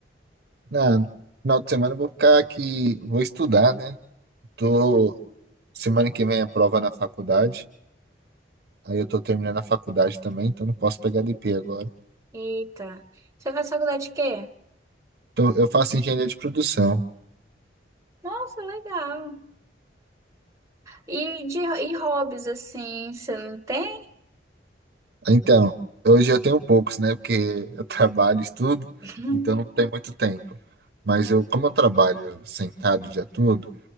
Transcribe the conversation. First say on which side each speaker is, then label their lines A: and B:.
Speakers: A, on the right; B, on the right.
A: na final de semana eu vou ficar aqui, vou estudar, né? Tô, semana que vem a prova na faculdade. Aí eu tô terminando a faculdade também, então não posso pegar DP agora.
B: Eita, você faz faculdade de quê?
A: Então, eu faço engenharia de produção.
B: Nossa, legal. E de e hobbies, assim, você não tem?
A: Então, hoje eu tenho poucos, né? Porque eu <laughs> trabalho, estudo,
B: <laughs>
A: então não tem muito tempo. Mas eu, como eu trabalho sentado o dia todo,